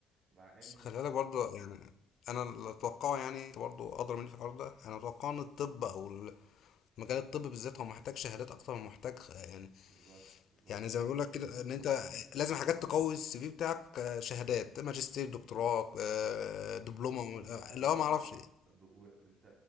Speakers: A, on the right; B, on the left.
A: مع ان
B: بس خلي بالك برضه يعني انا اللي اتوقعه يعني انت برضه ادرى مني في الحوار ده انا اتوقع ان الطب او ال- مجال الطب بالذات هو محتاج شهادات اكتر من محتاج يعني
A: بالظبط بالظبط
B: يعني
A: ده
B: زي
A: حقيقي
B: ما بيقول لك كده ان انت لازم حاجات تقوي السي في بتاعك آه، شهادات ماجستير دكتوراه
A: بالظبط
B: آه،
A: بالظبط
B: دبلومه
A: و- وده
B: آه،
A: لا
B: اللي هو ما
A: ده
B: اعرفش إيه.
A: ب- وانت